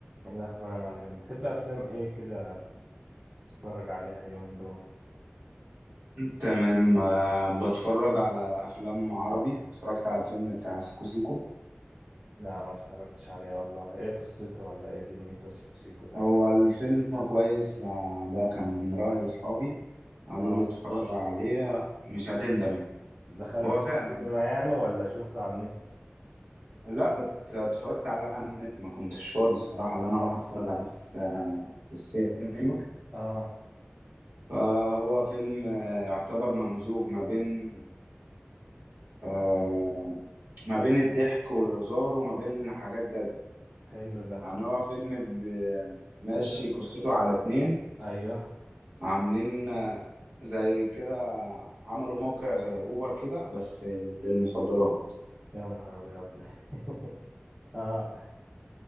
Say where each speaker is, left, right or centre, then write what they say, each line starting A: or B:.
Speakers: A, on the right; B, on the right.
A: ايه الاخبار يا معلم بتحب افلام ايه كده تتفرج عليها اليومين دول
B: تمام آه، بتفرج على افلام عربي اتفرجت على الفيلم بتاع سيكو سيكو
A: لا ما اتفرجتش عليه والله ايه قصته ولا ايه دنيته سيكو سيكو ده
B: هو الفيلم كويس آه، ده كان من رأي اصحابي قالوا
A: اه
B: لي اتفرج عليه مش هتندم يعني
A: دخلت
B: هو
A: السينما
B: فعلا
A: يعني
B: هو
A: ولا
B: من...
A: شفته على النت
B: لا ات- اتفرجت عليه على النت ما كنتش فاضي الصراحة اللي انا اروح اتفرج عليه في آه، في السينما
A: اه
B: فهو فيلم آه، يعتبر ممزوج ما بين آه، ما بين الضحك والهزار وما بين حاجات جد
A: حلو ده
B: يعني هو فيلم ب- ماشي
A: بس
B: قصته على اتنين
A: ايوه
B: عاملين آه، زي كده عملوا موقع زي اوبر كده بس للمخدرات
A: يا نهار ابيض <laughs> اه